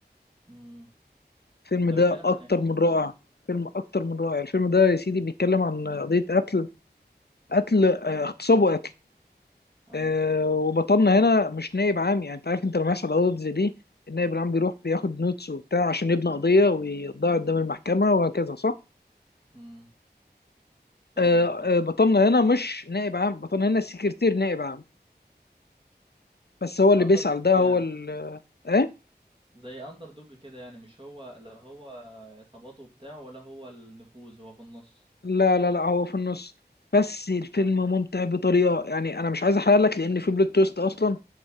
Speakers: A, on the right; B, on the left.
A: امم
B: الفيلم
A: ده
B: ده
A: بيتكلم
B: اكتر
A: عن ايه
B: من رائع فيلم اكتر من رائع الفيلم ده يا سيدي بيتكلم عن قضية قتل قتل آه، اغتصاب وقتل
A: ايوه
B: آه وبطلنا هنا مش نائب عام يعني انت عارف انت لما يحصل قضايا زي دي النائب العام بيروح بياخد نوتس وبتاع عشان يبني قضيه ويضاع قدام المحكمه وهكذا صح؟
A: امم فاهمك
B: آه
A: اه
B: آه بطلنا هنا مش نائب عام بطلنا هنا السكرتير نائب عام بس هو اللي
A: ده
B: بيسأل
A: اندر دوج
B: ده هو
A: يعني
B: ال ايه؟
A: زي اندر دوج كده يعني مش هو لا هو عصاباته بتاع ولا هو النفوذ هو في النص
B: لا لا لا هو في النص بس الفيلم
A: آه.
B: ممتع بطريقه يعني انا مش عايز احرق لك لان في بلوت تويست اصلا